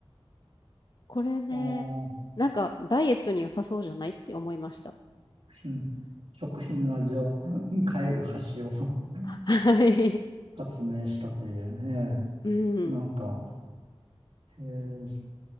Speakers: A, on the left; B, on the right.
A: これね、
B: あー
A: なんか、ダイエットに良さそうじゃないって思いました。
B: うん食品の味を変える箸を <laughs>
A: はい。
B: 発明したという、え
A: うん。
B: えなんか、へえ